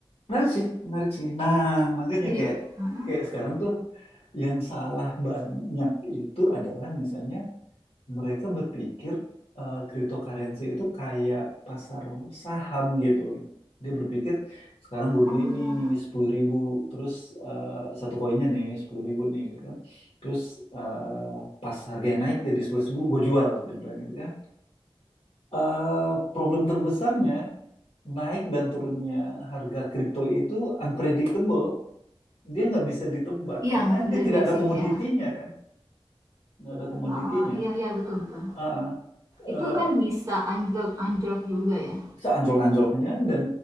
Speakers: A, on the left; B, on the right.
A: Menarik sih, menarik sih. Nah, makanya
B: Jadi,
A: kayak
B: ah, ah.
A: kayak sekarang tuh yang salah banyak itu adalah misalnya mereka berpikir eh, cryptocurrency itu kayak pasar saham gitu loh. Dia berpikir sekarang gue
B: oh
A: beli nih
B: ya
A: sepuluh ribu, terus eh, satu koinnya nih sepuluh ribu nih gitu kan. Terus eh, pas harganya naik jadi 11.000 ribu gue jual, dia bilang gitu kan. Eh, problem terbesarnya naik dan turunnya harga kripto itu unpredictable dia nggak bisa ditebak
B: iya
A: karena
B: nggak bisa
A: dia
B: diprediksi
A: tidak ada komoditinya
B: ya.
A: kan nggak ada komoditinya
B: Heeh, iya iya betul betul.
A: Ah, eh,
B: Itu kan bisa anjlok anjlok juga ya?
A: seanjlok-anjloknya dan